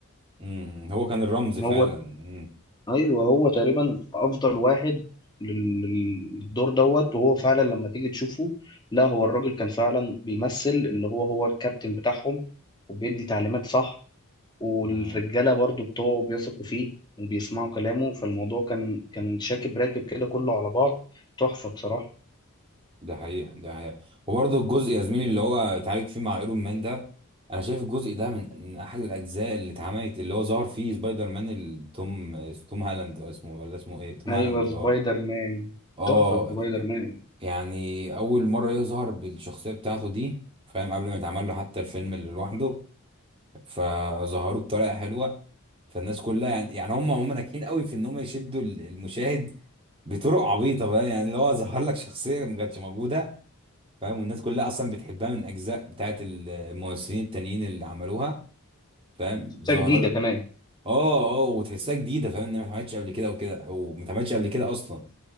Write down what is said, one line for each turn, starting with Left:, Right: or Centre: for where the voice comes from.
Right: امم هو كان الرمز فعلا
Left: هو
Right: امم
Left: ايوه هو تقريبا افضل واحد لل- للدور دوت وهو فعلا لما تيجي تشوفه لا هو الراجل كان فعلا بيمثل اللي هو هو الكابتن بتاعهم وبيدي تعليمات صح والرجاله
Right: امم
Left: برضو بتوعه بيثقوا فيه وبيسمعوا كلامه فالموضوع كان كان شاكب راكب كده كله على بعض تحفه بصراحه
Right: ده حقيقة ده حقيقة وبرضه الجزء يا زميلي اللي هو اتعالج فيه مع ايرون مان ده انا شايف الجزء ده من من احد الاجزاء اللي اتعملت اللي هو ظهر فيه سبايدر مان التوم توم هالاند أو اسمه ولا اسمه ايه توم
Left: ايوه
Right: هالاند اه
Left: سبايدر مان
Right: اه
Left: تحفه سبايدر مان
Right: يعني اول مرة يظهر بالشخصية بتاعته دي فاهم قبل ما يتعمل له حتى الفيلم اللي لوحده فظهروه بطريقة حلوة فالناس كلها يعني يعني هم هم ناجحين قوي في ان هم يشدوا المشاهد بطرق عبيطه بقى يعني اللي هو ظهر لك شخصيه ما كانتش موجوده فاهم والناس كلها اصلا بتحبها من اجزاء بتاعت الممثلين التانيين اللي عملوها فاهم
Left: شخصيه
Right: ظهر
Left: جديده
Right: لك
Left: كمان
Right: اه اه وتحسها جديده فاهم ان هي ما اتعملتش قبل كده وكده او ما اتعملتش قبل كده اصلا